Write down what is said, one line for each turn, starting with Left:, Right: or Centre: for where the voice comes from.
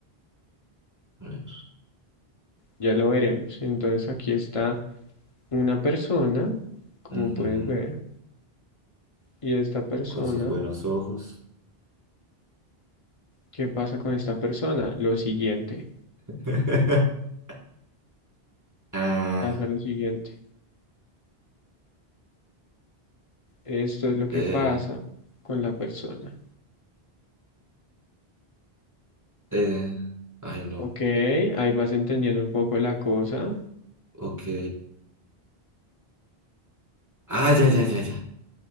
Right: A ver.
Left: Ya lo veremos. Entonces aquí está una persona, como
Right: ujú,
Left: puedes ver, y esta persona,
Right: Con sus buenos ojos.
Left: ¿qué pasa con esta persona? Lo siguiente,
Right: <laughs> Ah,
Left: pasa lo siguiente. Esto es lo que
Right: eh,
Left: pasa con la persona.
Right: eh, ay, no.
Left: Ok, ahí vas entendiendo un poco la cosa.
Right: Ok. Ah, ya, ya, ya, ya.